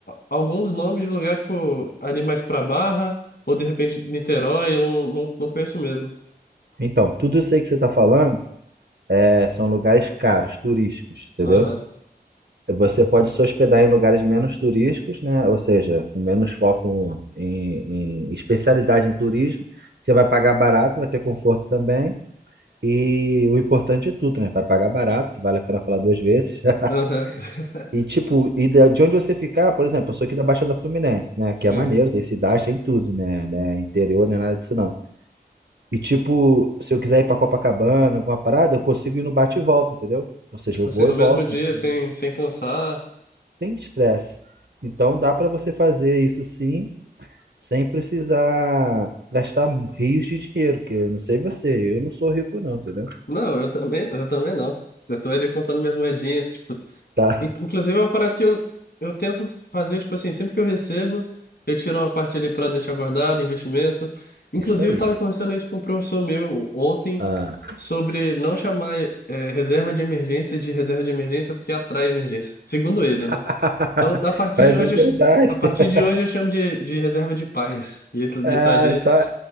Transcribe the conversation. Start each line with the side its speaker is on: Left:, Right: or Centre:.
Left: alguns nomes de lugar, tipo, ali mais pra Barra, ou de repente Niterói, eu não, não, não conheço mesmo.
Right: Então, tudo isso aí que você tá falando é, são lugares caros, turísticos, entendeu?
Left: Aham,
Right: Você pode se hospedar em lugares menos turísticos, né? Ou seja, com menos foco em, em especialidade em turismo. Você vai pagar barato, vai ter conforto também. E o importante é tudo, né? Vai pagar barato, que vale a pena falar duas vezes. <laughs>
Left: aham, <laughs>
Right: E tipo, e da- de onde você ficar, por exemplo, eu sou aqui da Baixada Fluminense, né?
Left: sim.
Right: Que é maneiro, tem cidade, tem tudo, né? né? Interior, nem nada disso não. E tipo, se eu quiser ir pra Copacabana, alguma parada, eu consigo ir no bate e volta, entendeu? Ou seja,
Left: Tipo
Right: eu
Left: assim,
Right: vou
Left: no
Right: e volto,
Left: mesmo dia,
Right: não preciso-
Left: sem, sem cansar.
Right: sem estresse. Então dá pra você fazer isso sim, sem precisar gastar rios de dinheiro, que eu não sei você, eu não sou rico não, entendeu?
Left: Não, eu também, eu também não. Eu tô ali contando minhas moedinhas, tipo,
Right: Tá,
Left: in- inclusive é uma parada que eu, eu tento fazer, tipo assim, sempre que eu recebo, eu tiro uma parte ali para deixar guardado, investimento. Inclusive,
Right: isso aí.
Left: eu tava conversando isso com um professor meu ontem
Right: Ah.
Left: sobre não chamar é, reserva de emergência de reserva de emergência porque atrai emergência, segundo ele,
Right: <laughs>
Left: né? Então, a partir
Right: Mas
Left: de hoje,
Right: é verdade.
Left: eu ch- a partir
Right: <laughs>
Left: de hoje eu chamo de, de reserva de paz. E ele, ele
Right: É,
Left: tá ali,
Right: só-